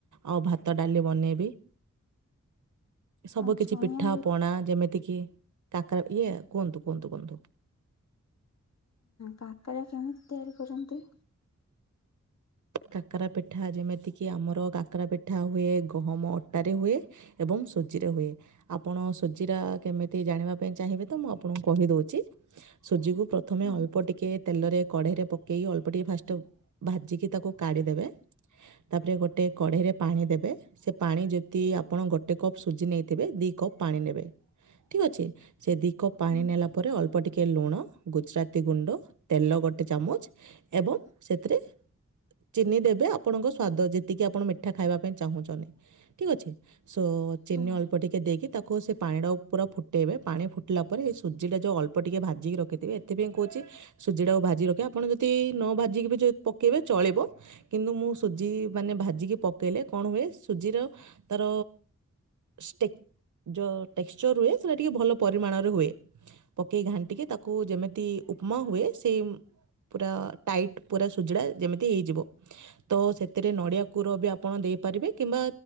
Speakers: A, on the right; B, on the left.
A: ଆଉ ଭାତ ଡାଲି ବନେଇବି ସବୁ
B: ଆଉ
A: କିଛି
B: ଛୁଇଁ
A: ପିଠା
B: ଆଳୁ
A: ପଣା ଯେମିତି କିି ତାଙ୍କର ଇଏ କୁହନ୍ତୁ କୁହନ୍ତୁ କୁହନ୍ତୁ
B: କାକରା କେମିତି ତିଆରି କରୁଛନ୍ତି?
A: କାକରା ପିଠା ଯେମିତିକି ଆମର କାକରା ପିଠା ହୁଏ ଗହମ ଅଟାରେ ହୁଏ। ଏବଂ ସୁଜିରେ ହୁଏ। ଆପଣ ସୁଜିରା କେମିତି ଜାଣିବା ପାଇଁ ଚାହିଁବେ ତ ମୁଁ ଆପଣଙ୍କୁ କହି ଦଉଛି ସୁଜିକୁ ପ୍ରଥମେ
B: ହଁ
A: ଅଳ୍ପ ଟିକେ ତେଲରେ କଢେଇରେ ପକେଇକି ଅଳ୍ପ ଟିକେ ଭାଜିକି ତାକୁ କାଢ଼ିଦେବେ ତାପରେ ଗୋଟେ କଢ଼େଇରେ ପାଣି ଦେବେ ସେ ପାଣି ଯଦି ଆପଣ ଗୋଟେ କପ୍ ସୁଜି ନେଇଥିବେ ଦିଇ କପ୍ ପାଣି ନେବେ ଠିକ ଅଛି। ସେ ଦିଇ କପ୍ ପାଣି
B: ହୁଁ
A: ନେଲା ପରେ ଅଳ୍ପ ଟିକେ ଲୁଣ ଗୁଜୁରାତି ଗୁଣ୍ଡ ତେଲ ଗୋଟେ ଚାମଚ ଏବଂ ସେଥିରେ ଚିନି ଦେବେ ଆପଣଙ୍କ ସ୍ଵାଦ ଯେତିକି ଆପଣ ମିଠା ଖାଇବା ପାଇଁ ଚାହୁଁଛନ୍ତି। ଠିକ ଅଛି ସୋ ଚିନି
B: ହଁ।
A: ଅଳ୍ପ ଅଳ୍ପ ଟିକେ ଦେଇକି ତାକୁ ସେ ପାଣିଟାକୁ ପୁରା ଫୁଟେଇବେ ପାଣି ଫୁଟିଲା ପରେ ସେ ସୁଜିଟା ଯେଉଁ ଅଳ୍ପ ଟିକେ ଭାଜିକି ରଖିଥିବେ ସେଥିପାଇଁ କହୁଛି ସୁଜି ଟା ଆଉ ଭାଜି ରଖିବାେ ଆପଣ ଯଦି ନ ଭାଜିକି ବି ଯ ପକେଇବେ ଚଳିବ କିନ୍ତୁ ମୁଁ ସୁଜି ମାନେ ଭାଜିକି ପକେଇଲେ କଣ ହୁଏ ସୁଜିର ତାର ସ୍ଟେ ଯଉଁ ଟେକ୍ସଚର ହୁଏ ସେଇଟା ଟିକେ ଭଲ ପରିମାଣରେ ହୁଏ। ପକେଇ ଘାଟିଙ୍କି ତାକୁ ଯେମିତି ଉପମା ହୁଏ ସେମ୍ ପୁରା ଟାଇଟ୍ ପୁରା ଜୁଡ଼ା ଯେମିତି ହେଇଯିବ। ତ ସେଥିରେ ନଡିଆ କୁର ବି ଆପଣ ଦେଇପାରିବେ କିମ୍ବା